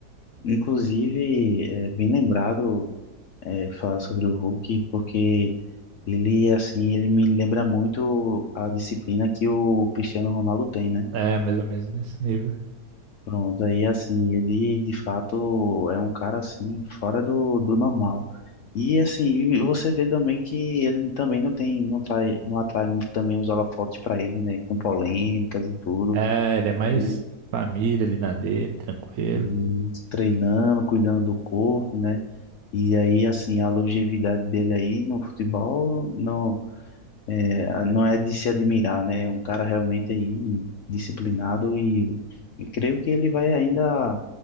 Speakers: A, on the left (about 70°); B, on the right (about 70°).
A: inclusive, é bem lembrado é, falar sobre o Hulk, porque ele, assim, ele me lembra muito a disciplina que o Cristiano Ronaldo tem, né?
B: É, mais ou menos nesse nível.
A: Pronto, aí assim, ele de fato é um cara assim, fora do, do normal. E assim, e você vê também que ele também não tem, não trai, não atrai muito também os holofotes para ele, né? Com polêmicas e tudo.
B: É, ele é mais
A: Ele
B: família ali na dele, tranquilo.
A: hum, treinando, cuidando do corpo, né? E aí, assim, a longevidade dele aí no futebol não é, não é de se admirar, né? É Um cara realmente aí disciplinado e, e creio que ele vai ainda.